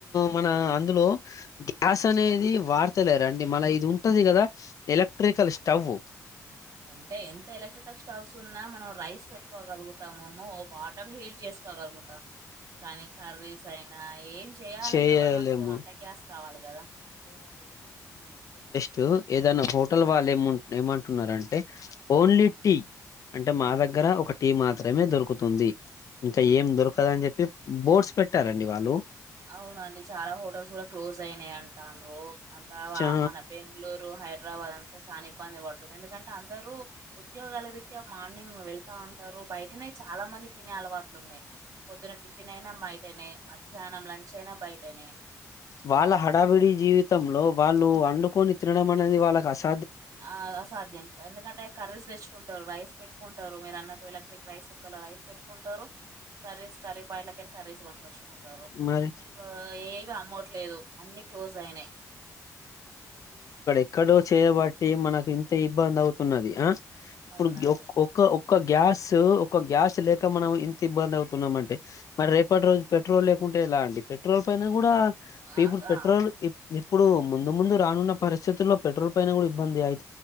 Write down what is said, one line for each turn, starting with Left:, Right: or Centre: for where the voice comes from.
Left: మన అందులో గ్యాస్ అనే అది వాడుతలేరండి మన ఇది ఉంటది కదా ఎలక్ట్రికల్ స్టవ్వు
Right: ఉంటయి ఎంత ఎలక్ట్రికల్ స్టావ్స్ ఉన్ ఉన్నా మనం రైస్ పెట్టుకోగలుగుతాము ము వాటర్ హీట్ చేసుకోగలుగుతా కానీ కర్రీ రీస్ అయినా ఏం చేయాలన్నా
Left: చేయలేము
Right: కూడా మనకి వంట గ్యాస్ కావాలి కదా
Left: టూ ఏదనా హోటల్ వాళ్ళు ఏము ఏమంటున్నంటే ఓన్లీ టీ అంటే మా
Right: ఉమ్,
Left: ద ఒక టీ మాత్రమే దొరుకుతుంది ఇంక ఏం దొరకదు అని చెప్పి బోర్డ్స్ పెట్టారండి వాళ్ళు
Right: అవునా అండి చాలా హోటల్స్ కూడా క్లోజ్ అయినాయి అంటాండ్రు అంతా వా
Left: చ
Right: మన బెంగళూరు హైడ్రాబాద్ అంతా చానా ఇబ్బంది పడుతుర్రు ఎందుకంటే అందరూ ఉద్యోగాల రీత్యా మార్నింగ్ వెళ్తా ఉంటారు బయటనే చాలా మంది తినే అలవాట్లున్నాయి పొద్దున టిఫిన్ అయినా బయటనే మధ్యాహ్నం లంచ్ అయినా బయటనే
Left: వాళ్ళ హడావిడి జీవితంలో వాళ్ళు అండుకొని తినడం అనేది వాళ్ళకి అస్
Right: ఆ అసాధ్యం క ఎందుకంటే కర్రీస్ తెచ్చుకుంటారు రైస్ పెట్టుకుంటారు మీరు అన్నట్టు ఎలక్ట్రిక్ రైస్ కుక్కర్ ల రైస్ పెట్టుకుంటారు కర్రీస్ కర్రీపాయింట్ల కెళ్ళి కర్రీస్ కొనుక్కొచ్చు
Left: మరి
Right: ఇప్పుడు ఏవీ అమ్మట్లేదు అన్నీ క్లోజ్ అయినాయి
Left: క్కడో చేయబట్టి మనకి ఇంత ఇబ్బంది అవుతున్నది ఆ ఇప్పుడు
Right: అవునండి
Left: గి ఒక్క ఒక్క క్క గ్యాస్ ఒక గ్యాసు లేక మనం ఇంతిబ్బందవుతున్నాం అంటే మరి రేపటి రోజు పెట్రోల్ లేపో ఉంటే ఎలా అండి పెట్రోల్ పైన కూడా
Right: ఆ
Left: పీపుల్ పెట్రోల్
Right: ఆ
Left: ఇప్ ఇప్పుడు ముందు ముందు రానున్న పరిస్థితుల్లో పెట్రోల్ పైన కూడా ఇబ్బంది అయి